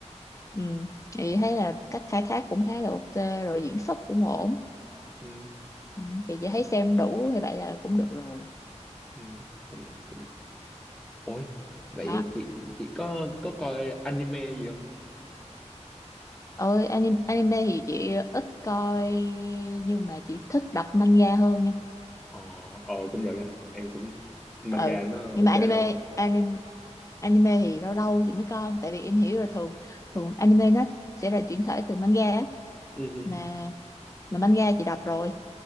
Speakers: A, on the left (about 25°); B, in the centre.
A: Ừ. Chị thấy là cách khai thác cũng khá là ok rồi diễn xuất cũng ổn
B: ừ
A: ừ. Chị chỉ thấy xem đủ thì vậy là cũng được rồi
B: ừ công nhận công nhận ôi vậy
A: đó
B: chị chị có có coi anime gì không
A: ôi anime, anime thì chị ít coi nhưng mà chị thích đọc manga hơn nha
B: ờ ờ công nhận nha em cũng manga
A: ừ
B: nó
A: nhưng
B: ok
A: mà anime
B: hơn
A: anime anime thì lâu lâu chị mới coi tại vì em hiểu là thường thường anime nó sẽ là chuyển thể từ manga á.
B: ừ hứ.
A: mà mà manga chị đọc rồi